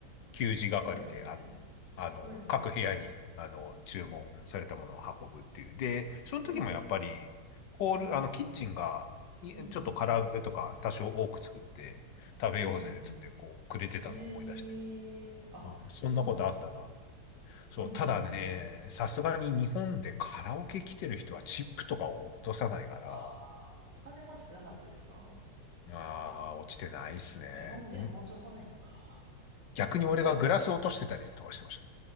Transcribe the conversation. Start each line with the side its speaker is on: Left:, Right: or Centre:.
Right: ーそうなんですね。
Left: 給仕係で、あの、あの、
Right: はいはいはい。
Left: 各部屋に、あの、注文されたものを運ぶっていう。で、その時もやっぱり、
Right: えー、
Left: ホール、
Right: うんうんうん。
Left: あの、キッチンが、いちょっと唐揚げとか多少多く作って食べようぜ、
Right: うんうんうん。うんうんうん。
Left: つって、こう、くれてたのを思い出して。
Right: えー、あ、
Left: あ、そんなことあったな。
Right: そうなんですね。
Left: そう、
Right: うんうんうんうん。
Left: ただね、さすがに日本でカラオケ来てる人はチップとかを落とさないから、
Right: ああ、お金持ちってなかったですか
Left: ああ、落ちてないっすね。
Right: 日本であんま落とさないのか。
Left: ん逆に俺がグラス落としてたりとかしてまし
Right: <laughs>